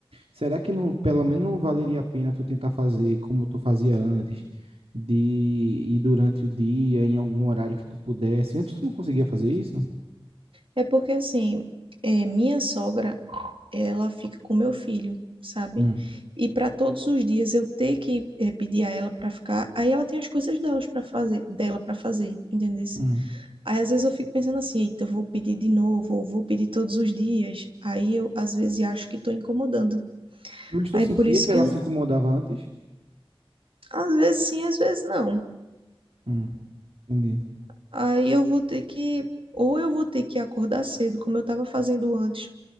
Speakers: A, on the right; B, on the right.
A: Será que não, pelo menos não valeria a pena tu tentar fazer como tu fazia antes, de ir durante o dia, em algum horário que tu pudesse? Antes tu não conseguia fazer isso?
B: É porque assim, é, minha sogra, ela fica com meu filho, sabe?
A: Hum,
B: E para todos os dias eu ter que é, pedir a ela para ficar, aí ela tem as coisas delas para fazer, dela para fazer, entendeu?
A: hum.
B: Aí às vezes eu fico pensando assim, eita, eu vou pedir de novo, ou vou pedir todos os dias. Aí eu às vezes acho que estou incomodando.
A: Mas tu
B: Aí
A: sentia
B: por isso
A: que
B: que
A: ela
B: eu não-
A: se incomodava antes?
B: às vezes sim, às vezes não.
A: Hum, entendi.
B: Aí eu vou ter que, ou eu vou ter que acordar cedo, como eu estava fazendo antes